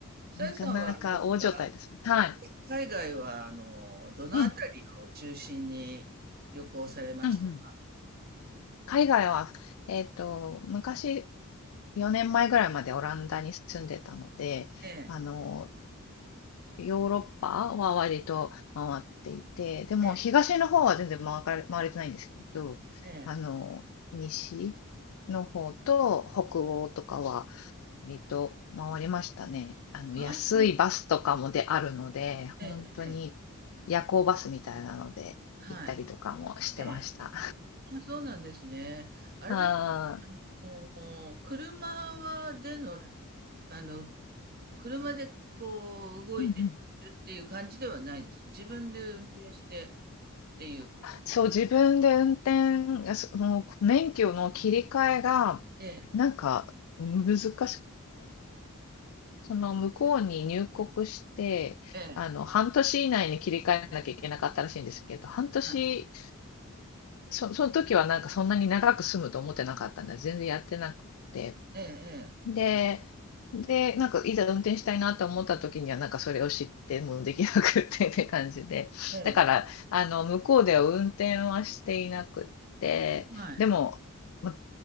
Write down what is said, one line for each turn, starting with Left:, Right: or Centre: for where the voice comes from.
Right: さえさんはあれですか、
Left: なかなか大所帯ですね。はい。
Right: 海外は、あの、どのあたりを中心に旅行されましたか
Left: うん。うんうん。海外は、えっと、昔、4年前ぐらいまでオランダに住んでたので、
Right: ええ、
Left: あの、ヨーロッパは割と回っていて、でも東の方は全然回かれ、
Right: ええ、
Left: 回れてないんですけど、
Right: ええ。
Left: あの、西の方と北欧とかは割と回りましたね。あの、
Right: ああ、
Left: 安いバスとかもであるので、
Right: そうなんですね。ええ、
Left: 本当に
Right: ええ、
Left: 夜行バスみたいなので行ったりとかもしてました。
Right: はい。ええあ、そうなんですね。あれですか、
Left: あー
Right: あの、車はでの、あの、車でこう動いてるっていう感じではないんですか自分で運転して
Left: うんうん、
Right: っていう。
Left: そう、自分で運転、その免許の切り替えが、
Right: ええ、
Left: なんか難しく、その向こうに入国して、
Right: ええ、
Left: あの、半年以内に切り替えなきゃいけなかったらしいんですけど、半年、
Right: はい、
Left: そ、その時はなんかそんなに長く住むと思ってなかったんで、全然やってなくて。
Right: ええ、え
Left: で、で、なんかいざ運転したいなと思った時には、なんかそれを知ってもうできなくって <laughs> って感じで。
Right: え、
Left: だから、
Right: ええ
Left: あの、向こうでは運転はしていなくって、
Right: はい。
Left: でも、ま